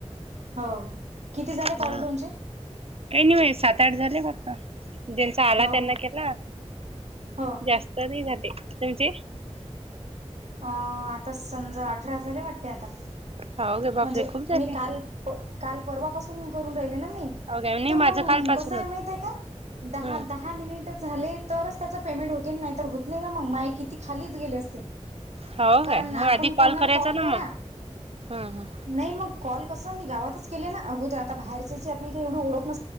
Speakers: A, on the right; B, on the right.
A: हो. किती झाले
B: हा
A: कॉल तुमचे?
B: काही नाही हो हे सात आठ झाले फक्त. ज्यांचा आला
A: हो
B: त्यांना
A: का
B: केला.
A: हो
B: जास्त नाही झाले. तुमची?
A: अ आता समजा, अठरा झाले वाटतए आता.
B: हो गे बापरे
A: म्हणजे
B: खूप झाले
A: मी काल काल परवापासून करून राहिले ना
B: हो काय नाही
A: त
B: माझं
A: मंग
B: कालपासूनच
A: कस हाय माहिते का? दहा
B: हम्म
A: -दहा मिनट झाल तरच त्याचा पेमेंट होती नाही तर होत नाही ना मंग. माय किती खालीच गेले असते.
B: हो
A: कारण
B: काय मग
A: आपण
B: आधी
A: कोणाला
B: करायचा
A: कॉल
B: ना
A: करा,
B: मग हा हा.
A: नाही मग कॉल कस मी गावातच केले ना आगोदर, आता बाहेरचेचे आपल्याला काही एवढ ओळख न